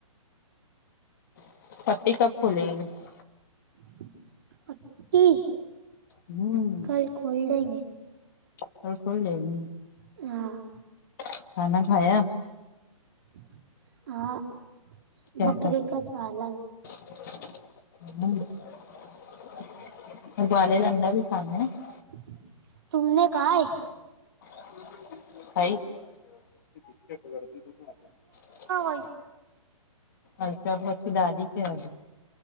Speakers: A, on the left; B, on the right.
A: <unintelligible>
B: <unintelligible>
A: <unintelligible>
B: कल खोल देंगे <unintelligible>
A: <unintelligible>
B: <unintelligible>
A: क्या खाया <unintelligible>
B: <unintelligible>
A: <unintelligible>
B: हो
A: अच्छा बची दाडी के आली